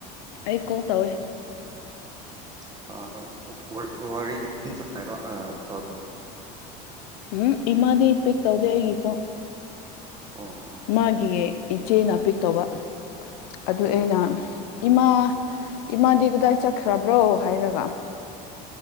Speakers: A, on the left (about 85°); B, on the right (about 20°).
A: ꯑꯩ ꯀꯣꯟ ꯇꯧꯋꯦ
B: ꯑꯥ <unintelligible>
A: ꯎꯝꯍꯡ ꯏꯃꯥꯗꯤ ꯄꯤꯛ ꯇꯧꯗꯦ ꯑꯩꯒꯤ ꯀꯣꯟ
B: ꯑꯣ ꯑꯣ
A: ꯃꯥꯒꯤ ꯏꯆꯦ ꯅ ꯄꯤ ꯀꯋꯥ ꯑꯗꯨ
B: ꯑꯣ
A: ꯑꯩꯅ ꯏꯃꯥ ꯏꯃꯥꯗꯤ ꯀꯗꯥꯏ ꯆꯠꯈ꯭ꯔꯕ꯭ꯔꯣ ꯍꯥꯏꯔꯒ